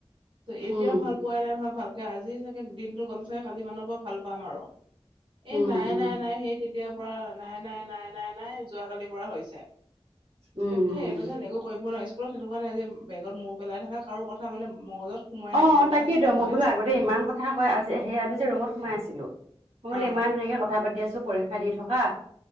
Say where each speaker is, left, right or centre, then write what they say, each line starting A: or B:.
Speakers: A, on the right; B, on the right.
A: ত এতিয়াও
B: উম
A: ভাল পোৱা নাই নহয় ভাল তাকে আজি চাগে দিনটো গ'ল চাগে কালি মানুৰ পৰা ভাল পাম আৰু এই
B: উম
A: নাই
B: উম
A: নাই নাই সেই তেতিয়াৰ পৰা নাই নাই নাই নাই নাই যোৱাকালিৰ পৰা হৈছে
B: উম
A: একে
B: উম
A: সটো জান একো কৰিব নোৱাৰি স্ুলত সেইটো কাৰণে আজি বেগত মৌ পেলাই থাক কাৰো কথা মানে মগজত সোমোৱাই নাই
B: অ,
A: তেনেকুৱা
B: তাকেইেতো
A: চিষ্টেম
B: মই
A: হৈ
B: বোলো
A: আছে
B: আগতে ইমান কথা কয় আজি সেই আমি যে ৰুমত সোমাই আছিলো মই বোলে
A: অ
B: ইমান ধুনাকে কথা পাতি আছো পৰীক্ষা দি থকা